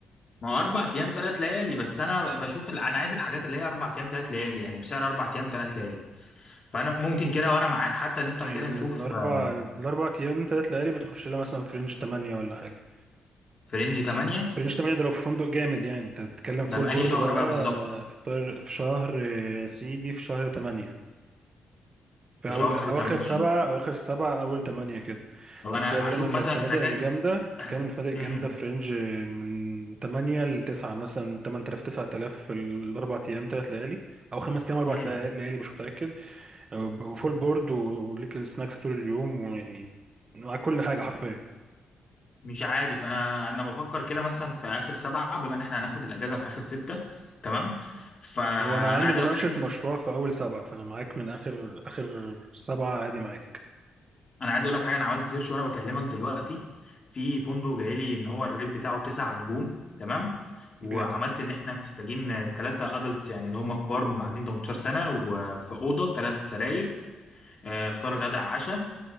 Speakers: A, on the left; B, on the right.
A: ما هو اربع ايام ثلاث ليالي بس انا بشوف ال... انا عايز الحاجات اللي هي اربع ايام ثلاث ليالي يعني بسعر اربع ايام ثلاث ليالي فانا ممكن كده وانا معاك حتى نفتح
B: يعني
A: كده نشوف
B: الاربع
A: آه،
B: الاربع ايام تلات ليالي بتخش لها مثلا في رينج 8 ولا حاجه
A: في رينج 8
B: في رينج 8 ده لو في فندق جامد يعني انت بتتكلم فول
A: ده في
B: بورد
A: انهي شهر
B: بقى
A: بقى بالظبط
B: في طر... في شهر يا سيدي في شهر 8 في
A: في شهر
B: أو... أواخر
A: 8
B: سبعة أواخر سبعة أول تمانية كده
A: طب انا
B: تتكلم
A: هشوف
B: إن
A: مثلا
B: الفنادق
A: احنا كده
B: الجامدة تتكلم
A: احنا
B: إن الفنادق الجامدة
A: امم
B: في رينج من تمانية لتسعة مثلا تمن تلاف تسعة آلاف في الأربع أيام تلات ليالي أو خمس أيام أربع
A: امم
B: ليا- ليالي مش متأكد وفول بورد وليك السناكس طول اليوم ويعني مع كل حاجة حرفيا
A: مش عارف انا انا بفكر كده مثلا في اخر سبعة بما ان احنا هناخد الاجازة في اخر ستة تمام فانا
B: هو أنا عندي
A: عايز
B: مناقشة
A: اقول لك حاجة
B: مشروع في أول سبعة فأنا معاك من آخر آخر سبعة عادي معاك
A: انا عايز اقول لك حاجه انا عملت سيرش وانا بكلمك دلوقتي في فندق جاي لي ان هو الريت بتاعه تسع نجوم تمام وعملت
B: جامد
A: ان احنا محتاجين ثلاثه ادلتس يعني اللي هم كبار معدين 18 سنه وفي اوضه ثلاث سراير آه، فطار غدا عشاء